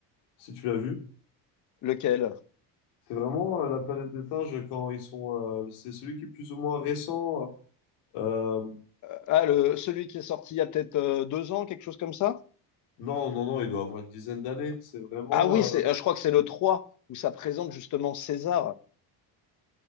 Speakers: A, on the left; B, on the left.
A: si tu l'as vu.
B: lequel?
A: C'est vraiment euh, la planète des singes quand ils sont. euh, c'est celui qui est plus ou moins récent. Euh,
B: Euh, ah, le, celui qui est sorti il y a peut-être euh, deux ans, quelque chose comme ça?
A: non, non, non, il doit avoir une dizaine d'années. C'est vraiment.
B: Ah oui, c'est,
A: euh,
B: euh, je crois que c'est le 3 où ça présente justement César.